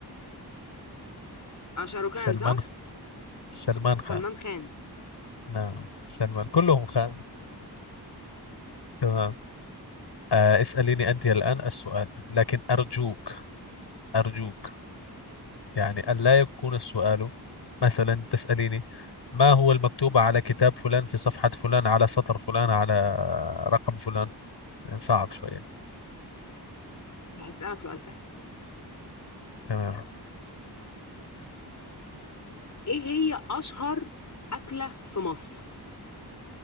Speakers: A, on the left; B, on the left.
A: اه شاروخان
B: سلمان
A: صح
B: سلمان
A: س-
B: خان
A: سلمان خان
B: نعم سلمان كلهم خان <laughs> تمام آه اسأليني أنت الآن السؤال لكن أرجوك أرجوك يعني أن لا يكون السؤال مثلا تسأليني ما هو المكتوب على كتاب فلان في صفحة فلان على سطر فلان على رقم فلان صعب شوية
A: لا هسألك سؤال سهل
B: تمام
A: ايه هي اشهر اكلة في مصر